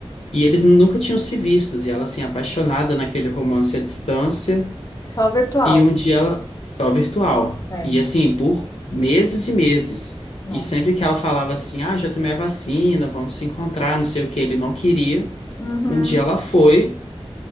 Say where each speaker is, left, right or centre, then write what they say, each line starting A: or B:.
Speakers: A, on the left; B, on the left.
A: E eles nunca tinham se vistos, e ela assim, apaixonada naquele romance à distância.
B: Só virtual,
A: E um dia ela só virtual.
B: certo?
A: E assim, por meses e meses.
B: Nossa.
A: E sempre que ela falava assim, ah, já tomei a vacina, vamos se encontrar, não sei o que, ele não queria.
B: Uhum,
A: Um dia ela foi